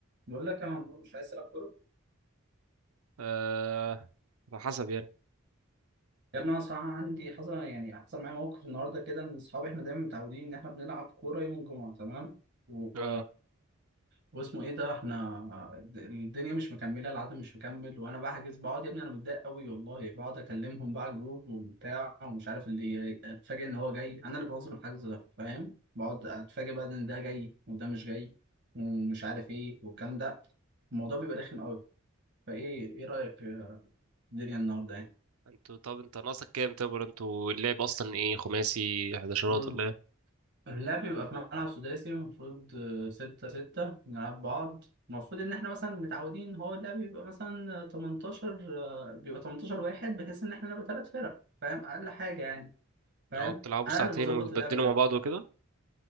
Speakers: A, on the right; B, on the right.
A: بقول لك يا عمرو مش عايز تلعب كوره
B: آه على حسب يعني
A: يا ابني انا صراحه عندي حصل يعني حصل معايا موقف النهارده كده ان اصحابي احنا دايما متعودين ان احنا بنلعب كوره يوم الجمعه تمام و...
B: اه
A: واسمه ايه ده احنا الد- الدنيا مش مكمله العدد مش مكمل وانا بحجز بقعد يا ابني انا متضايق قوي والله بقعد اكلمهم بقى جروب وبتاع ومش عارف اللي اتفاجئ ان هو جاي انا اللي بنظم الحجز ده فاهم بقعد اتفاجئ بقى ان ده جاي وده مش جاي ومش عارف ايه والكلام ده الموضوع بيبقى رخم قوي فايه ايه رايك في الدنيا النهارده يعني
B: انتوا طب انت ناقصك كام تبر انتوا اللعب اصلا ايه خماسي حداشرات
A: بص
B: ولا ايه
A: اللعب بيبقى في ملعب سداسي المفروض آه، ستة ستة نلعب بعض المفروض إن إحنا مثلا متعودين هو اللعب بيبقى مثلا آه، 18 آه، بيبقى 18 واحد بحيث إن إحنا نبقى تلات فرق فاهم أقل حاجة يعني فاهم
B: اه بتلعبوا
A: أنا
B: ساعتين
A: اللي بظبط
B: وتبدلوا
A: اللعب ده
B: مع بعض وكده